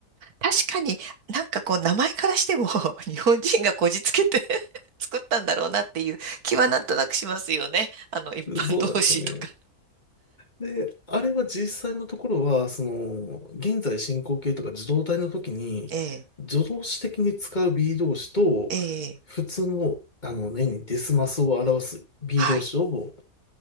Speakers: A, on the right; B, on the left.
A: 確かになんかこう名前からしても <laughs> 日本人がこじつけて <laughs> 作ったんだろうなっていう気はなんとなくしますよね。あの、一般同士とか。
B: そうなんですよね。で、あれは実際のところは、その、現在進行形とか受動態の時に、
A: ええ、
B: 助動詞的に使う B e 動詞と、
A: ええ、
B: 普通の、あの、何々デスマスを表す B
A: はい。
B: e 動詞を